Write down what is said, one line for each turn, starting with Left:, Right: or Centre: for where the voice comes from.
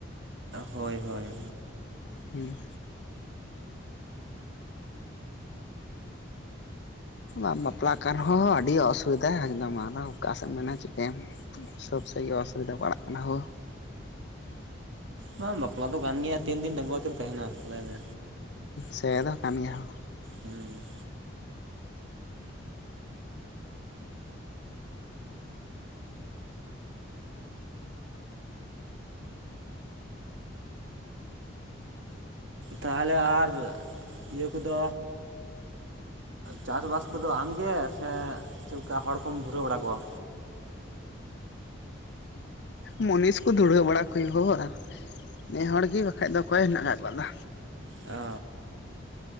Right: ᱦᱳᱭ ᱦᱳᱭ
Left: ᱦᱩᱸ ᱟ ᱵᱟᱯᱞᱟᱜ ᱠᱟᱱ ᱨᱮᱦᱚᱸ ᱟᱹᱰᱤ ᱚᱥᱩᱵᱤᱫᱷᱟ ᱮᱠᱫᱚᱢ ᱟᱨᱚᱸ ᱚᱠᱟ ᱥᱮᱫ ᱮᱢ ᱢᱮᱱᱟ ᱪᱤᱠᱟᱹᱭᱟᱢ ᱥᱚᱵ ᱥᱮᱫ ᱚᱥᱩᱵᱤᱫᱷᱟ ᱯᱟᱲᱟᱜ ᱠᱟᱱᱟ ᱦᱳ
Right: ᱵᱟᱝ ᱵᱟᱯᱞᱟ ᱫᱚ ᱠᱟᱱ ᱜᱮᱭᱟ ᱛᱤᱱ ᱫᱤᱱ ᱰᱟᱸᱟᱹᱜᱩᱣᱟᱹ ᱛᱮᱢ ᱛᱟᱦᱮᱱᱟ ᱞᱟᱹᱭ ᱢᱮ
Left: ᱥᱮᱫᱚ ᱠᱟᱱ ᱜᱮᱭᱟ ᱦᱚᱸ
Right: ᱦᱩᱸ ᱛᱟᱦᱚᱞᱮ ᱟᱨ ᱤᱭᱟᱹ ᱠᱚᱫᱚ ᱪᱟᱥ ᱵᱟᱥ ᱠᱚᱫᱚ ᱟᱢ ᱜᱮ ᱥᱮ ᱪᱮᱫ ᱞᱮᱠᱟ ᱦᱚᱲᱠᱚᱢ ᱫᱷᱩᱨᱟᱹᱣ ᱵᱟᱲᱟ ᱠᱚᱣᱟ
Left: ᱢᱩᱱᱤᱥ ᱠᱚ ᱫᱷᱩᱲᱟᱹᱣ ᱵᱟᱲᱟ ᱠᱚ ᱦᱟᱭᱳ-ᱟ ᱱᱮ ᱦᱚᱲ ᱜᱮ ᱵᱟᱠᱷᱟᱡ ᱫᱚ ᱚᱠᱚᱭ ᱦᱮᱱᱟᱜ ᱟᱠᱟᱫ ᱠᱚᱣᱟ ᱟᱫᱚ
Right: ᱚ